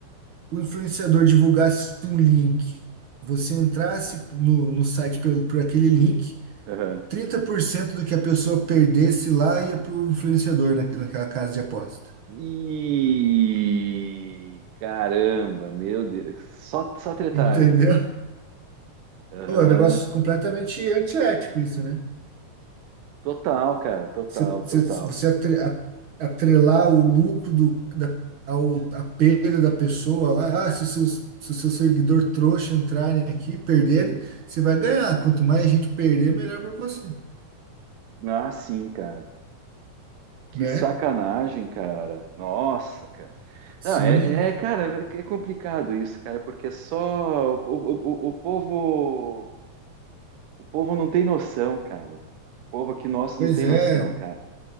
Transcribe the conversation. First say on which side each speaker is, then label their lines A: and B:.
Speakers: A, on the right; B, on the right.
A: o influenciador divulgasse um link, você entrasse no, no site pelo, por aquele link,
B: aham.
A: 30% do que a pessoa perdesse lá ia para o influenciador na, naquela casa de aposta.
B: E. Caramba, meu Deus. Só, só tretagem.
A: Entendeu?
B: Aham.
A: Pô, é um negócio completamente antiético isso, né?
B: Total, cara. Total,
A: Você, você,
B: total.
A: você atre- a- atrelar o lucro do, da, ao, a perda da pessoa lá, ah, se o seu, se o seu seguidor trouxa entrarem aqui, perderem, você vai ganhar. Quanto mais gente perder, melhor para você,
B: Ah, sim, cara. Que
A: né?
B: sacanagem, cara. Nossa, cara.
A: Sim,
B: Não, é, é, cara, é complicado isso, cara, porque só o, o, o o povo, o povo não tem noção, cara. O povo aqui nosso
A: pois
B: não tem
A: é,
B: noção, cara.